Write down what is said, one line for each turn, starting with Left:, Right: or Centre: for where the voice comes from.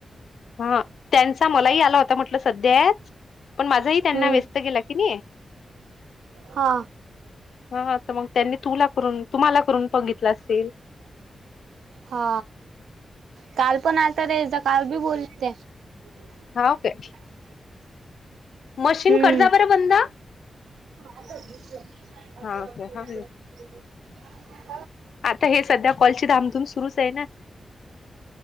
Left: हा त्यांचा मलाही आला होता म्हटलं सध्याच पण माझाही त्यांना
Right: हम्म
Left: व्यस्त गेला की नाही
Right: हा
Left: हा तर मग त्यांनी तुला करून तुम्हाला करून बघितलं असेल
Right: हा काल पण आलता रे जा काल बी बोलते <inaudible>
Left: हा ओके मशीन
Right: हम्म
Left: कर जा बरं बंद
Right: <unintelligible>
Left: हा ओके हा आता हे सध्या कॉलची धामधूम सुरूच आहे ना?